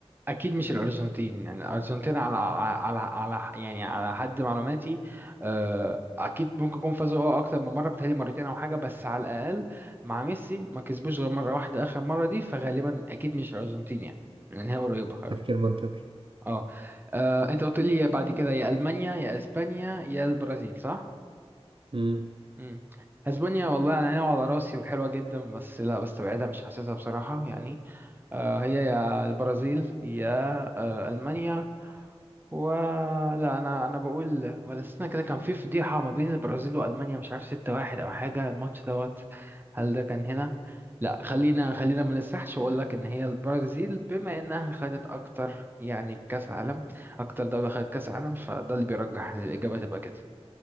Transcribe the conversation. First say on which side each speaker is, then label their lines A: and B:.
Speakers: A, on the right; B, on the right.
A: أكيد مش الأرجنتين يعني الأرجنتين على على على يعني على حد معلوماتي آه، أكيد ممكن يكون فازوا اه أكتر من مرة بتهيألي مرتين أو حاجة بس على الأقل مع ميسي ما كسبوش غير مرة واحدة آخر مرة دي فغالبا أكيد مش الأرجنتين يعني لأن هي قريبة
B: تفكير منطقي
A: اه آه، انت قلت لي بعد كده يا المانيا يا اسبانيا يا البرازيل صح
B: مم.
A: امم اسبانيا والله انا ناوي على راسي وحلوه جدا بس لا بستبعدها مش حاسسها بصراحه يعني آه هي يا البرازيل يا آه المانيا ولا انا انا بقول ولا السنه كده كان في فضيحه ما بين البرازيل والمانيا مش عارف ستة واحد او حاجه الماتش دوت هل ده كان هنا لا خلينا خلينا ما نسرحش واقول لك ان هي البرازيل بما انها خدت اكتر يعني كاس عالم اكتر دوله خدت كاس عالم فده اللي بيرجح ان الاجابه تبقى كده